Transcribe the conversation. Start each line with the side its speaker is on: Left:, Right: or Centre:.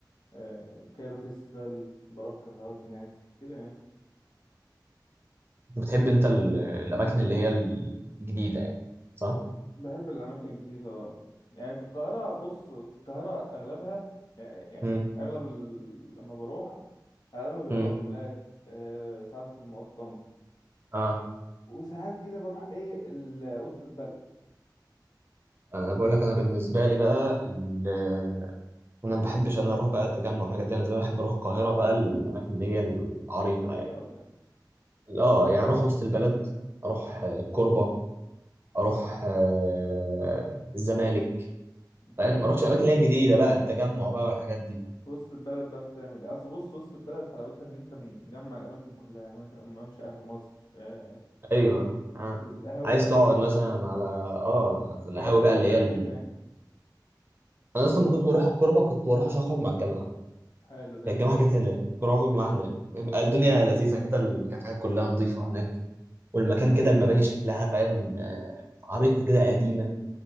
Left: آه، كايرو فيستيفال بروح كافيهات هناك كده يعني
Right: انت بتحب انت ال- الاماكن اللي هي الجديده يعني صح
Left: بحب الأماكن الجديدة اه يعني في القاهرة بص في القاهرة أغلبها يعني
Right: امم
Left: أغلب ال... لما بروح أغلبها بيبقى
Right: امم
Left: مولات آه، ساعات في المقطم
Right: اه
Left: وساعات كده بروح إيه ال... وسط البلد
Right: انا بقول لك انا بالنسبه لي بقى ال- انا ما بحبش انا اروح بقى التجمع والحاجات دي انا زي ما بحب اروح القاهره بقى الاماكن اللي هي العريقه
Left: مسارية
Right: يعني
Left: ولا إيه
Right: اه يعني اروح وسط البلد اروح آه، الكوربه اروح آه، الزمالك
Left: بتعمل
Right: فاهم ما
Left: إيه
Right: اروحش
Left: بقى
Right: الاماكن اللي هي الجديده بقى التجمع بقى والحاجات دي
Left: في وسط البلد بقى بتعمل إيه أصل بص وسط البلد حلاوتها إن أنت مجمع الأماكن كلها يعني مش- ممشى أهل مصر آه،
Right: ايوه اه
Left: القهاوي
Right: عايز
Left: القديمة
Right: تقعد مثلا على اه على القهاوي
Left: يعني أنت بتروح
Right: بقى اللي
Left: تعمل
Right: هي ال...
Left: إيه هناك
Right: انا اصلا ما كنت بروح الكوربه كنت بروح عشان اخرج مع الجماعه
Left: حلو ده
Right: يعني الجامعة كانت هناك كراكور
Left: ماشي
Right: معاها هناك الدنيا
Left: مم.
Right: لذيذة كده الكافيهات كلها نظيفة هناك والمكان كده المباني شكلها فاهم آه، عريقة كده قديمة